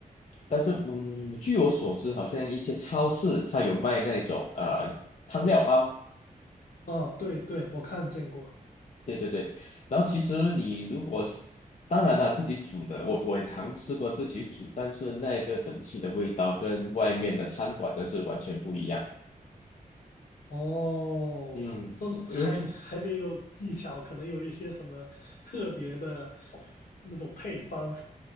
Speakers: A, on the left; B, on the left.
A: 但是嗯，据我所知，好像一些超市它有卖那种呃汤料包。
B: 哦，对对，我看见过。
A: 对对对，然后其实你如果是，当然了，自己煮的，我我也尝试过自己煮，但是那个整体的味道跟外面的餐馆的是完全不一样。
B: 哦，
A: 嗯，
B: 这还还得有技巧，
A: 因为它
B: 可能有一些什么特别的那种配方。